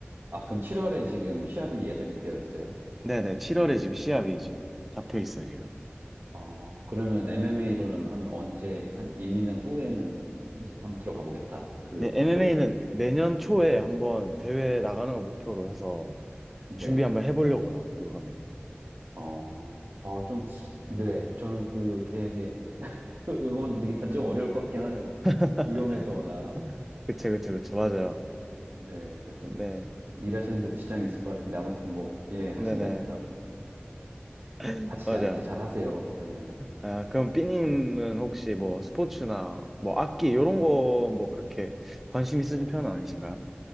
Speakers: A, on the right; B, in the centre.
A: 아, 그럼 7월에 지금 시합이 예정이 되어 있어요?
B: 네네 7월에 지금 시합이 지금 잡혀 있어요 지금
A: 어, 그러면 MMA로는 한 언제, 한 1, 2년 후에는 이제 한번 들어가 보겠다. 그쪽.
B: 네 MMA는 내년 초에 한번 대회 나가는 거 목표로 해서
A: 네.
B: 준비 한번 해보려고요 그거는
A: 어, 어, 좀, 네. 저는 그 계획에 <laughs> 응원드리기가 좀 어려울 것 같긴 하네요.
B: <laughs>
A: 위험해서 워낙.
B: 그쵸, 그쵸, 그쵸. 맞아요.
A: 네, 그래서
B: 네,
A: 일하시는데도 지장이 있을 것 같은데 아무튼 뭐, 예, 하신다니까
B: 네네. <laughs>
A: 다치지
B: 맞아요.
A: 않게 잘 하세요. 예.
B: 아, 그럼 삐님은 혹시 뭐 스포츠나 뭐 악기 이런 거 뭐 그렇게 관심 있으신 편은 아니신가요?